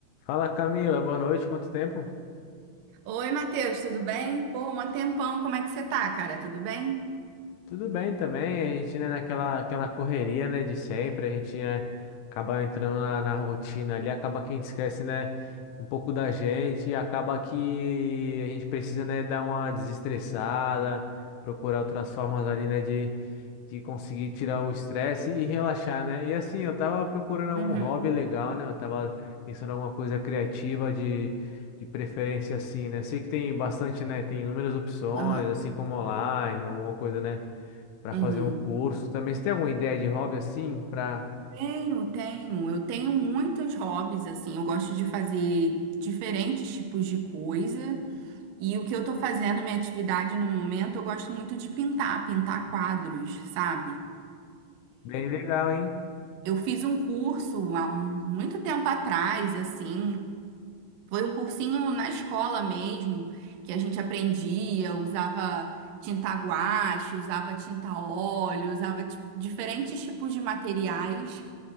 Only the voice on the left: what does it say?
Fala Camila, boa noite, quanto tempo?
Tudo bem também, a gente, né, naquela aquela correria, né, de sempre, a gente, né, acaba entrando na, na rotina ali, acaba que a gente esquece, né, um pouco da gente, e acaba que a gente precisa, né, dar uma desestressada, procurar outras formas ali, né, de, de conseguir tirar o estresse e relaxar, né, e assim, eu tava procurando algum
hobby legal, né, eu tava pensando em alguma coisa criativa de... De preferência assim, né? Sei que tem bastante, né? Tem inúmeras opções,
assim como online, alguma coisa, né? para
fazer um curso também. Você tem alguma ideia de hobby assim para
bem legal, hein?